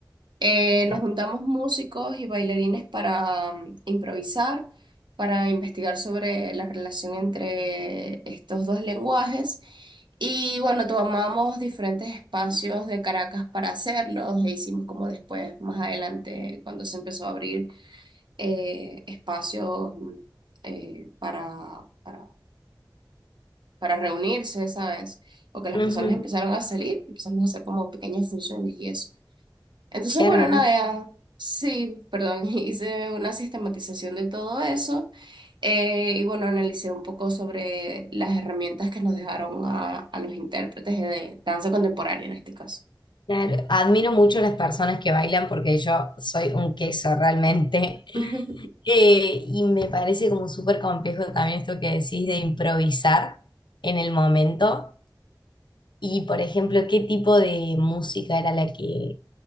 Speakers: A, on the right (about 75°); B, on the left (about 75°).
A: Eh,
B: claro.
A: nos juntamos músicos y bailarines para mm, improvisar, para investigar sobre la relación entre estos dos lenguajes. Y bueno, tomamos diferentes espacios de Caracas para hacerlos e hicimos como después, más adelante, cuando se empezó a abrir eh, espacios mm, eh, para, para, para reunirse, ¿sabes? O que las
B: Ujú,
A: personas empezaron a salir, empezamos a hacer como pequeñas funciones y eso. Entonces,
B: Qué
A: bueno,
B: hermoso.
A: nada, ya- sí, perdón, <laughs> hice una sistematización de todo eso eh, y bueno, analicé un poco sobre las herramientas que nos dejaron a, a los intérpretes de danza contemporánea en este caso.
B: Claro. Admiro mucho las personas que bailan porque yo soy un queso realmente. <laughs>
A: <laughs>
B: Eh, y me parece como súper complejo también esto que decís de improvisar en el momento. Y, por ejemplo, ¿qué tipo de música era la que